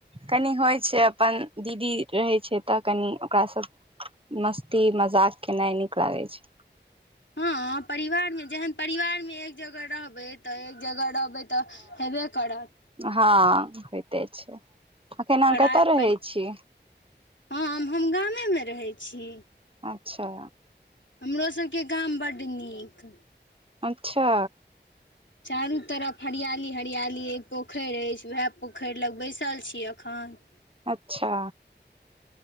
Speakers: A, on the right; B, on the left.
A: कनि होइ छै अपन दीदी रहै छै तऽ कनि ओकरा सभ मस्ती मजाक केनाइ नीक लागै छै
B: हँ परिवारमे जेहन परिवारमे एक जगह रहबै तऽ एक जगह रहबै तऽ हेबे करत
A: हँ होयते छै अखन अहाँ
B: परा
A: कतय रहै
B: परि
A: छी
B: हँ हम गामेमे रहैत छी
A: अच्छा
B: हमरोसभके गाम बड्ड नीक
A: अच्छा
B: चारू तरफ हरियाली हरियाली अछि पोखरि अछि उएह पोखरि लग बैसल छी एखन
A: अच्छा